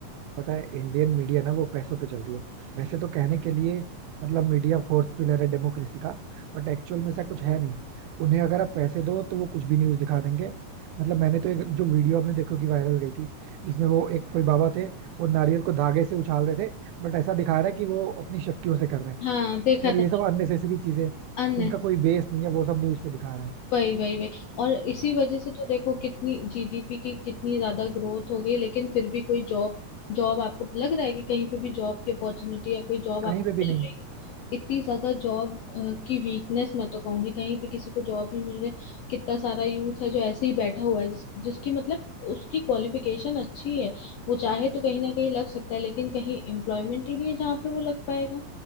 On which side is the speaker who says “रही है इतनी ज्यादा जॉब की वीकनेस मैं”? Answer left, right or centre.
Left